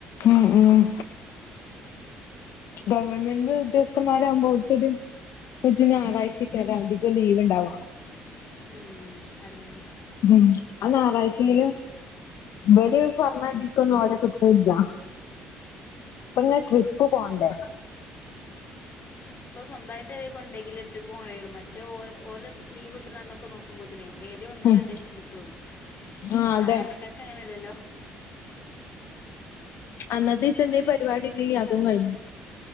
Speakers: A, on the left (about 65°); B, on the left (about 40°).
A: ഉം ഉം ഗവൺമെന്റ് ഉദ്യോഗസ്ഥൻമാരാവുമ്പോ ഓൽകൊര് <unintelligible> ഞായറഴ്ചെക്കാരം അധികം ലീവ്ണ്ടാവാ
B: ഉം അതെന്നെ
A: ഉം ആഹ് ഞായറാഴ്ചേലും ഇവര് പർഞ്ഞ ഇതീക്കൊന്നും ഓലെ കിട്ടൂല്യ ഇപ്പങ്ങനെ ട്രിപ്പ് പോണ്ടേ
B: ഇപ്പൊ സ്വന്തായ്ട്ട് കൊണ്ടെങ്കിലേ ട്രിപ്പ് പോവാൻ കയ്യൊള്ളൂ മറ്റേ ഓ ഓലെ ലീവ്ട്ട്ണ അന്നൊക്കെ നോക്കു നോക്കുമ്പോത്തിനെ ഏതോ ഒന്നോ
A: ഉം
B: രണ്ടീസം കിട്ടൊള്ളൂ
A: ആഹ്
B: സാധാരണക്കാർക്ക്
A: അതെ
B: അങ്ങനെല്ലല്ലോ
A: അന്നത്തീസം എന്തേ പരിപാടി ഇണ്ടങ്കീ അതും കഴിഞ്ഞു